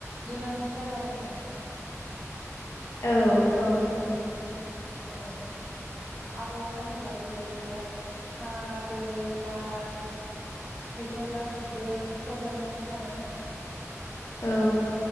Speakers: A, on the right; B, on the left.
A: गोनांथार आरो माने
B: औ औ
A: औ आबहावा होनोब्ला जेरै बेवहाय हा दै बार बेफोर गासिबो सरजाबनानै थानाय
B: औ